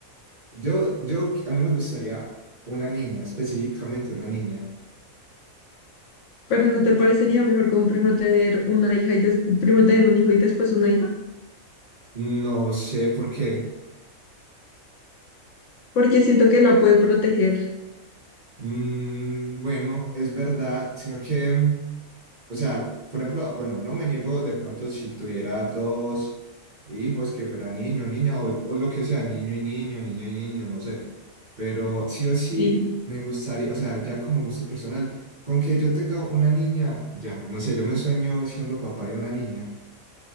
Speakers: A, on the right (about 35°); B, on the left (about 70°).
A: Yo, yo, a mí me gustaría una niña, específicamente una niña.
B: Pero ¿no te parecería mejor como primero tener una hija y des- primero tener un hijo y después una hija?
A: No sé por qué.
B: Porque siento que la puede proteger.
A: Mm, bueno, es verdad, sino que, mm, o sea, por ejemplo, bueno, no me niego de pronto si tuviera dos hijos que fuera niño, niña, o, o lo que sea, niño y niño, niña y niño, no sé, pero sí o sí
B: Sí,
A: me gustaría, o sea, ya como gusto personal, con que yo tenga una niña, ya, no sé, yo me sueño siendo papá de una niña.